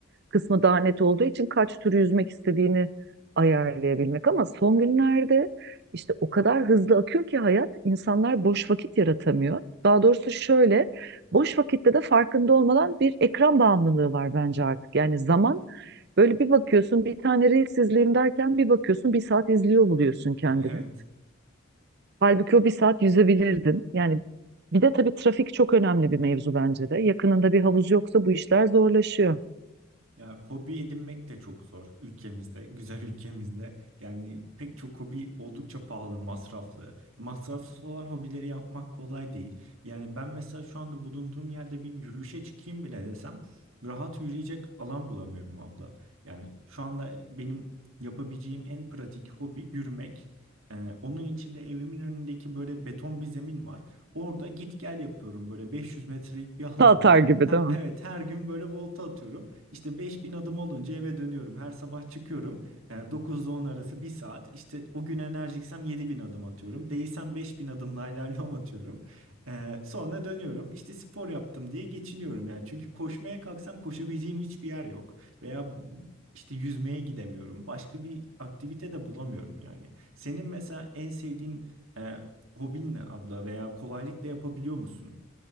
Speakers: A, on the right; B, on the right.
A: kısmı daha net olduğu için kaç tur yüzmek istediğini ayarlayabilmek. Ama son günlerde işte o kadar hızlı akıyor ki hayat insanlar boş vakit yaratamıyor. Daha doğrusu şöyle Boş vakitte de farkında olmadan bir ekran bağımlılığı var bence artık. Yani zaman böyle bir bakıyorsun bir tane Reels izleyeyim derken bir bakıyorsun bir saat izliyor buluyorsun kendini.
B: <laughs> Evet.
A: Halbuki o bir saat yüzebilirdin. Yani bir de tabii trafik çok önemli bir mevzu bence de. Yakınında bir havuz yoksa bu işler zorlaşıyor.
B: Ya hobi edinmek de çok zor ülkemizde, güzel <laughs> ülkemizde. Yani pek çok hobi oldukça pahalı, masraflı. Masrafsız olan hobileri yapmak kolay değil. Yani ben mesela şu anda bulunduğum yerde bir yürüyüşe çıkayım bile desem rahat yürüyecek alan bulamıyorum abla. Yani şu anda benim yapabileceğim en pratik hobi yürümek. Ee, onun içinde evimin önündeki böyle beton bir zemin var. Orada git gel yapıyorum böyle 500 metrelik bir alanda.
A: Tatar gibi
B: Ha,
A: değil mi?
B: evet her gün böyle volta atıyorum. İşte 5000 adım olunca eve dönüyorum. Her sabah çıkıyorum. E, 9'da 10 arası bir saat. İşte o gün enerjiksem 7000 adım atıyorum. Değilsem 5000 adımla ilerliyorum atıyorum. E, sonra dönüyorum. İşte spor yaptım diye geçiniyorum yani. Çünkü koşmaya kalksam koşabileceğim hiçbir yer yok. Veya işte yüzmeye gidemiyorum. Başka bir aktivite de bulamıyorum yani. Senin mesela en sevdiğin e, hobin ne abla veya kolaylıkla yapabiliyor musun?